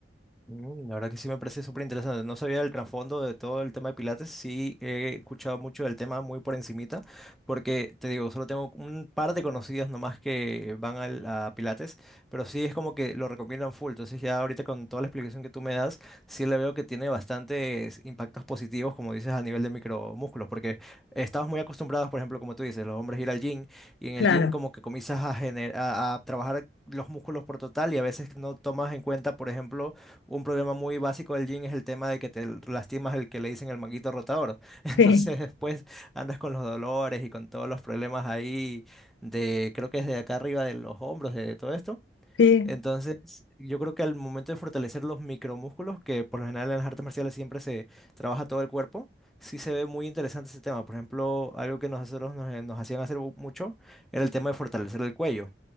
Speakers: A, in the centre; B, on the left.
A: Mm, La verdad que sí me parece súper interesante. No sabía el trasfondo de todo el tema de Pilates. Sí he escuchado mucho del tema muy por encimita, porque te digo, solo tengo un par de conocidos nomás que van al- a Pilates, pero sí es como que lo recomiendan full. Entonces ya ahorita con toda la explicación que tú me das, sí le veo que tiene bastantes impactos positivos, como dices, a nivel de micromúsculos, porque estamos muy acostumbrados, por ejemplo, como tú dices, los hombres ir al gym y en
B: Claro,
A: el gym como que comienzas a, gener- a a trabajar los músculos por total y a veces no tomas en cuenta, por ejemplo, un problema muy básico del gym es el tema de que te lastimas el que le dicen el manguito rotador. <laughs> Entonces
B: sí,
A: después andas con los dolores y con todos los problemas ahí de, creo que es de acá arriba de los hombros, de todo esto.
B: sí.
A: Entonces yo creo que al momento de fortalecer los micromúsculos, que por lo general en las artes marciales siempre se trabaja todo el cuerpo, sí se ve muy interesante ese tema. Por ejemplo, algo que nosotros nos, nos hacían hacer mucho era el tema de fortalecer el cuello.